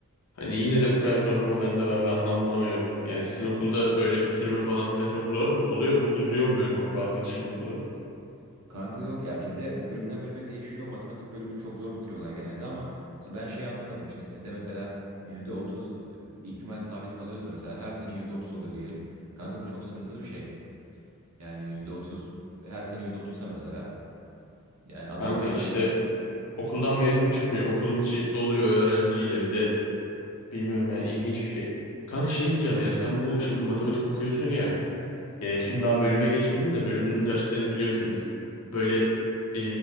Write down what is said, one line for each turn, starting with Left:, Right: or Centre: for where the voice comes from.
Left: hani yine de bu kadar zorlamalarında ben bir anlam bulamıyorum. Yani sizin okulda böyle bitirme falan filan çok zor mu? Oluyor mu? Uzuyor mu böyle çok fazla kişinin okulu?
Right: Kanka yok ya bizde bölümden bölüme değişiyor. Matematik bölümünü çok zor bitiriyorlar genelde ama mesela ben şey anlamadım işte sizde mesela %30 e, ihtimal sabit kalıyorsa mesela her sene %30 oluyor diyelim. Kanka bu çok sıkıntılı bir şey. Yani %30 her sene %30'sa mesela yani adamlar
Left: Kanka işte
Right: belli
Left: okuldan
Right: ya işte.
Left: mezun çıkmıyor. Okulun içi doluyor öğrenciyle. Bir de bilmiyorum yani ilginç bir şey. Kanka şey diyeceğim ya sen bu şimdi matematik okuyorsun ya. E, şimdi daha bölüme geçmedin de bölümünün derslerini biliyorsundur. Böyle e,